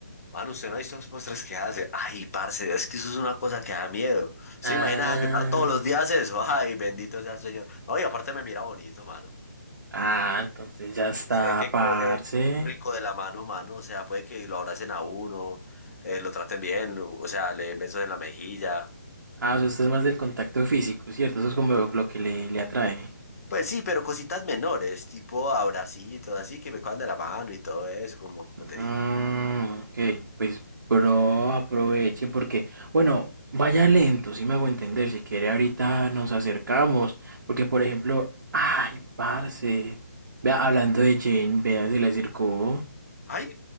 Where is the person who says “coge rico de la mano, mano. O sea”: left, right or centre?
Left